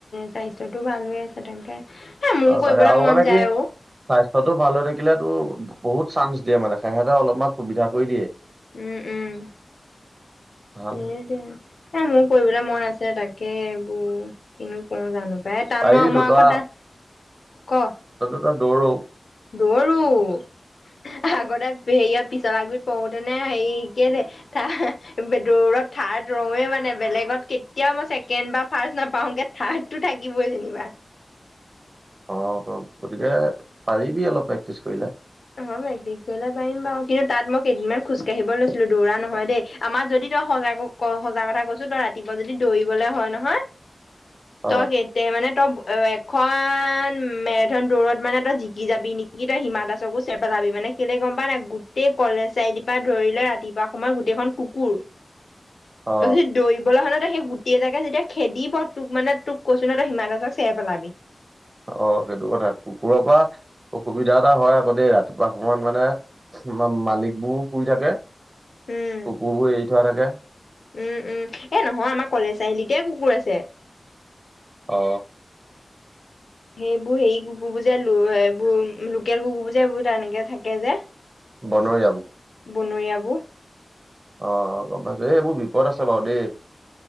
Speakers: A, on the left; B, on the right.
A: স্বাস্থ্যটো ভাল হৈ আছে তাকে। এ মোৰ
B: অ'
A: কৰিবলৈ
B: তাকে আৰু
A: মন
B: মানে
A: যায়
B: কি স্বাস্থ্যতটো
A: অ
B: ভাল হৈ থাকিলে টো বহুত চান্স দিয়ে মানে সেহঁতে অলপমান সুবিধা কৰি দিয়ে।
A: উম উম।
B: ভাল
A: এ মোৰ কৰিবলৈ মন আছে তাকে এইবোৰ কিনো কওঁ জানো? এ টান
B: পাৰিবিতো
A: মই আকৌ
B: তই
A: টা ক
B: অ'দৌৰ
A: দৰো। আগতে হেৰিয়াৰ পিছল আবিত পঢ়োতেনে হেৰি কি দৌৰত থাৰ্ড ৰওঁৱে মানে বেলেগত কেতিয়াও মই ছেকেণ্ড বা ফাৰট নাপাওঁগে থাৰ্ডটো থাকিবই যেনিবা।
B: অ' গতিকে পাৰিবি অলপ প্ৰেক্টিচ কৰিলে।
A: অ' প্ৰেক্টিছ কৰিলে পাৰিম বাৰু কিন্তু তাত মই কেইদিনমান খোজকাঢ়িব লৈছিলো দৌৰা নহয় দেই আমাৰ যদি তই সজাগ সজা কথা কৈছো তই ৰাতিপুৱা যদি দৌৰিবলে হয় নহয়
B: অ
A: তই এতিয়া মানে তই অ' এখন মেৰাথন দৌৰত মানে তই জিকি যাবি নেকি তই হিমা দাসকো পেলাবি মানে কেলে গম পাৱ নাই গোটেই কলেজ চাৰাই পৰা ধৰিলে ৰাতিপুৱা সময়ত গোটেইখন কুকুৰ।
B: অ
A: তই যদি ডৈৰিবলৈ হে না তই সেই গোটেই জাকে যেতিয়া খেদিব তোক মানে তোক কৈছো নহয় তই হিমানতে চেৰ পেলাবি।
B: অ' সেইটো কথা কুকুৰৰ পৰা অসুবিধা এটা হয় আকৌ দেই ৰাতিপুৱা সময়ত মানে মা মালিক বোৰ শুই থাকে
A: উম
B: কুকুৰবোৰ এৰি থোৱা থাকে।
A: উম উম এ নহয় আমাৰ কলেজ চাৰিআলিতে কুকুৰ আছে।
B: অ
A: সেইবোৰ হেৰি কুকুৰ বোৰ এইবোৰ লোকেল কুকুৰ বোৰ এইবোৰ এনেকে থাকে যে।
B: বনৰীয়া।
A: বনৰীয়া বোৰ।
B: অ' অ' গম পাইছো এইবোৰ বিপদ আছে বাৰু দেই।